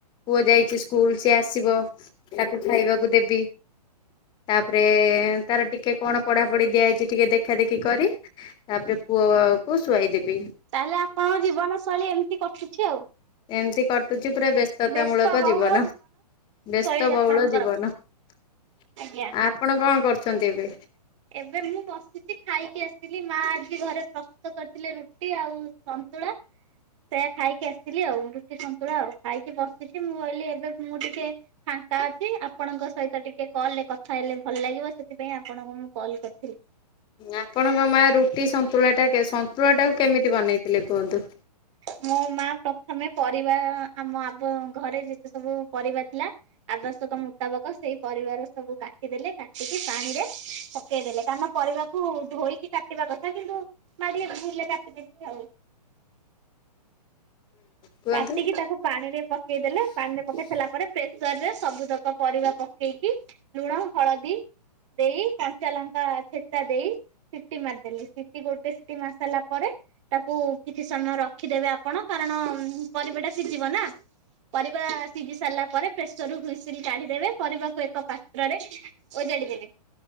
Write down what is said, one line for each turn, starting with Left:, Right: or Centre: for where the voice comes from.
Left: ପୁଅ ଯାଇଛି ସ୍କୁଲ ସିଏ ଆସିବ। ତାକୁ ଖାଇବାକୁ ଦେବି ତାପରେ ତାର ଟିକେ କଣ ପଢା ପଢି ଦିଆ ହୋଇଛି ଟିକେ ଦେଖା ଦେଖି କରି ତାପରେ ପୁଅ କୁ ଶୁଆଇ ଦେବି।
Right: ତାହେଲେ ଆପଣଙ୍କ ଜୀବନ ଶୈଳୀ ଏମିତି କଟୁଛି ଆଉ।
Left: ଏମତି କଟୁଛି ପୁରା ବ୍ୟସ୍ତତା
Right: ବ୍ୟସ୍ତ
Left: ମୂଳକ
Right: ବହୁଳ
Left: ଜୀବନ। ବ୍ୟସ୍ତ
Right: ଶୈଳୀ ଆପଣଙ୍କର
Left: ବହୁଳ ଜୀବନ ଆ
Right: ଆଜ୍ଞା।
Left: ଆପଣ କଣ କରୁଛନ୍ତି ଏବେ?
Right: ଏବେ ମୁଁ ବସିଛି ଖାଇକି ଆସିଲି ମା ଆଜି ଘରେ ପ୍ରସ୍ତୁତ କରିଥିଲେ ରୁଟି ଆଉ ତୁଳା ସେଇୟା ଖାଇକି ଆସିଲି ଆଉ ରୁଟି ସନ୍ତୁଳା ଆଉ ଖାଇକି ବସିଛି ମୁଁ କହିଲି ଏବେ ମୁଁ ଟିକେ ତାଅଛି ଆପଣଙ୍କ ସହିତ ଟିକେ କଲରେ କଥା ହେଲେ ଭଲ ଲାଗିବ ସେଥିପାଇଁ ଆପଣଙ୍କୁ ମୁଁ କଲ କରିଥିଲି।
Left: ଆପଣଙ୍କ ମା ରୁଟି ସନ୍ତୁଳା ଟା ସନ୍ତୁଳା ଟାକୁ କେମିତି ବନେଇଥିଲେ କୁହନ୍ତୁ?
Right: ମୋ ମା ପ୍ରଥମେ ପରିବା ଆମ ଆ ଘରେ ଯେତେ ସବୁ ପରିବା ଥିଲା ଆବଶ୍ୟକ ମୁତାବକ ସେଇ ପରିବାର ସବୁ କାଟିଦେଲେ କାଟିକି ପାଣିରେ ପକେଇଦଲେ କାରଣ କୁ ଧୋଇକି କାଟିବା କଥା କିନ୍ତୁ ମାଡିଏ ଧୋଇଲେ କାଟି ଦେବି ଆଉ।
Left: କୁହନ୍ତୁ।
Right: କାଟିକି ତାକୁ ପାଣି ରେ ପକେଇଦେଲେ ପାଣିରେ ପକେଇ ସାରିଲା ପରେ ପ୍ରେସରରେ ସବୁତକ ପରିବା ପକେଇକି ଲୁଣ ହଳଦୀ ଦେଇ କଞ୍ଚା ଲଙ୍କା ଛେଚା ଦେଇ ସିଟି ମାରିଦେଲି ସିଟି ଗୋଟେ ସିଟି ମାରି ସାରିଲା ପରେ ତାକୁ କିଛି ସମୟ ରଖିଦେବେ ଆପଣ କାରଣ ପରିବା ଟା ସିଝିବ ନା ପରିବା ସିଝି ସାରିଲା ପରେ ପ୍ରେସର ରୁ ହୁଇସିଲ କାଢିଦେବେ ପରିବାକୁ ଏକ ପାତ୍ରରେ ଓଜାଡିଦେବେ।